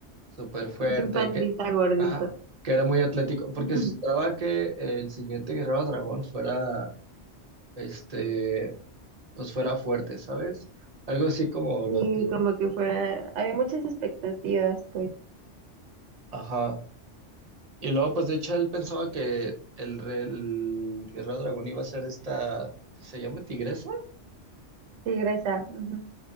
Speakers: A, on the right; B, on the right.
A: súper fuerte,
B: pues un pandita
A: que,
B: gordito.
A: ajá, que era muy atlético, porque
B: <laughs>
A: se esperaba que el siguiente guerrero dragón fuera, este, pues fuera fuerte, ¿sabes? Algo así como lo
B: Y
A: que,
B: como que fuera, había muchas expectativas, pues,
A: ajá. Y luego, pues de hecho, él pensaba que el, re- el guerrero dragón iba a ser esta, ¿se llama tigresa?
B: tigresa. ujú.